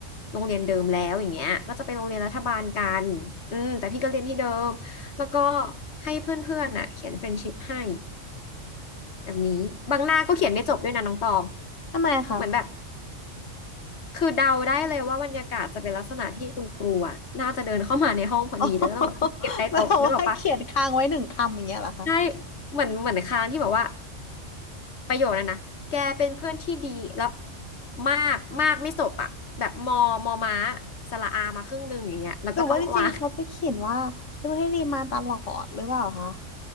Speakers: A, on the left (about 60°); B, on the left (about 75°).
A: โรงเรียนเดิมแล้วอย่างเงี้ยก็จะไปโรงเรียนรัฐบาลกันอืมแต่พี่ก็เรียนที่เดิมแล้วก็ให้เพื่อนๆอ่ะเขียนเฟรนด์ชิพให้แบบนี้บางหน้าก็เขียนไม่จบด้วยนะน้องตอง
B: ทำไมคะ
A: เหมือนแบบ คือเดาได้เลยว่าบรรยากาศจะเป็นลักษณะที่คุณครูอ่ะน่าจะเดินเข้ามาในห้องพอดีแล้วก็ต้องแบบเก็บใต้โต๊ะนึกออกปะ
B: อ๋อ <laughs> แบบว่าเขียนค้างไว้หนึ่งคำอย่างเงี้ยเหรอคะ
A: ใช่เหมือนเหมือนค้างที่แบบว่าประโยคนั้นนะแกเป็นเพื่อนที่ดีแล้วมากมากไม่จบอ่ะแบบมอมอม้าสระอามาครึ่งหนึ่งอย่างเงี้ยแล้วก็ต้องวาง
B: หรือว่าจริงๆเขาไปเขียนว่าเป็นผู้ให้ดีมาตลอดหรือเปล่าคะ